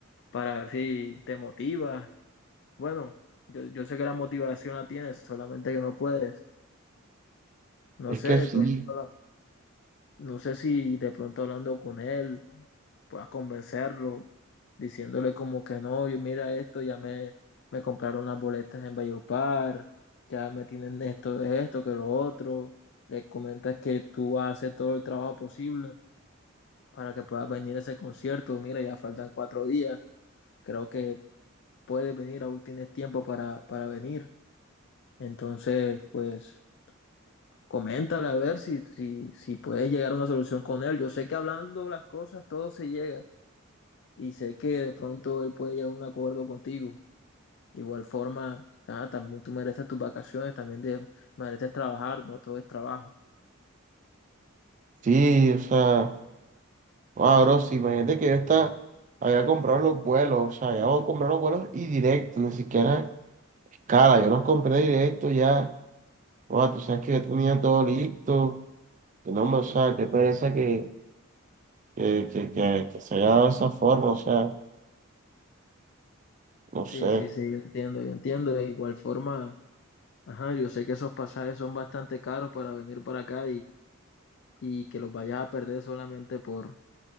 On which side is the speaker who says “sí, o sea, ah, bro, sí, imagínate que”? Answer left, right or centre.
Right